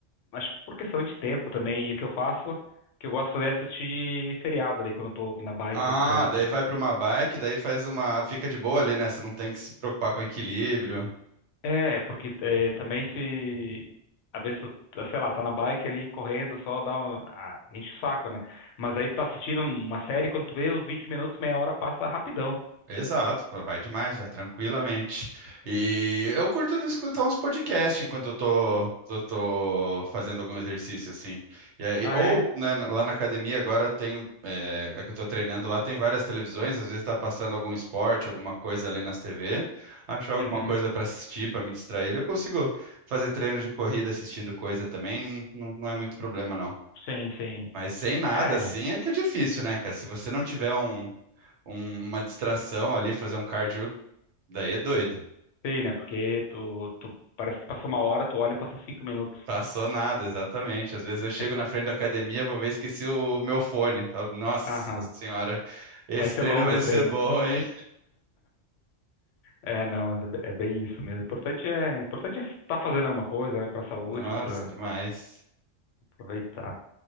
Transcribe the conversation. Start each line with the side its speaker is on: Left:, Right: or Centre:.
Left: mas por questão de tempo também. E o que eu faço, o que eu gosto de fazer é assistir seriado ali quando eu tô na bike
Right: Ah,
Left: ou no transporte.
Right: daí vai para uma bike, daí faz uma. Fica de boa ali, né? Você não tem que se preocupar com equilíbrio.
Left: É, porque é, também se. Às vezes, tu, sei lá, tá na bike ali correndo, só dá um, ah, enche o saco, né? Mas aí tu tá assistindo uma série, quando tu vê os 20 minutos, meia hora passa rapidão.
Right: Exato, pô, vai demais, vai tranquilamente. E
Left: É.
Right: eu curto de escutar uns podcasts enquanto eu tô, tô, tô fazendo algum exercício, assim. E aí,
Left: Ah,
Right: ou
Left: é?
Right: né, lá na academia agora tem, é, a que eu tô treinando lá tem várias televisões, às vezes tá passando algum esporte, alguma coisa ali nas TV, achar alguma
Left: Uhum.
Right: coisa pra assistir, pra me distrair, eu consigo fazer treino de corrida assistindo coisa também, não, não, não é muito problema não.
Left: Sim, sim.
Right: Mas sem nada
Left: É,
Right: assim é que é difícil, né, cara? Se você não tiver um um- uma distração ali, fazer um cardio, daí é doido.
Left: sim, né? Porque tu, tu parece que passou uma hora, tu olha, passou cinco minutos.
Right: Passou nada, exatamente. Às vezes eu chego
Left: <laughs>
Right: na frente da academia, vou ver, esqueci o meu fone. Falo, nossa
Left: Aham.
Right: senhora, esse
Left: Vai ser
Right: treino
Left: longo
Right: vai
Left: o
Right: ser
Left: treino.
Right: bom, hein?
Left: É, não, mas é, be- é bem isso mesmo. O importante é, o importante é estar fazendo alguma coisa, né, pra saúde,
Right: Nossa,
Left: para
Right: demais.
Left: aproveitar.